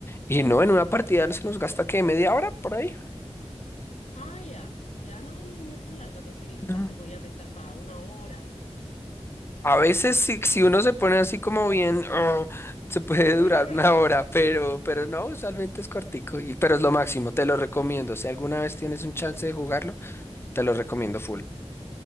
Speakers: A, on the left; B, on the left.
A: y no, en una partida se nos gasta que media hora por ahí.
B: Ah, ya, ya no, no, no es tan larga, pensé que quizás
A: No.
B: se podía prestar para una hora.
A: A veces si, si uno se pone así como bien, "Ugh", se puede
B: <laughs>
A: durar una hora, pero, pero no, usualmente es cortico, y, pero es lo máximo, te lo recomiendo. Si alguna vez tienes un chance de jugarlo, te lo recomiendo full.